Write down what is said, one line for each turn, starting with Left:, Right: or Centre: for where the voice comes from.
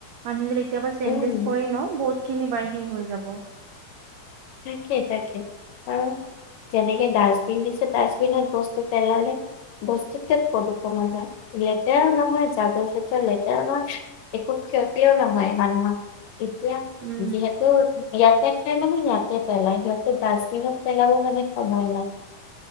Right: মানুহ যদি এতিয়াৰ পৰা চেঞ্জেছ
Left: উম,
Right: কৰেই ন বহুত খিনি বাহিৰ হৈ যাব।
Left: তাকেই তাকেই। আৰু যেনেকে ডাষ্টবিন দিছে ডাষ্টবিন বস্তু পেলালে বস্তুত প্ৰদূষণ যায় লেতেৰা নহয় যাব লেতেৰা নহয় একো ক্ষতিও নহয় মানুহক এতিয়া
Right: উম,
Left: যিহেটো ইয়াতে শেষ নহয় জানো! পেলাই দিয়ক ডষ্টবিন পেলাবলে সময় নাই।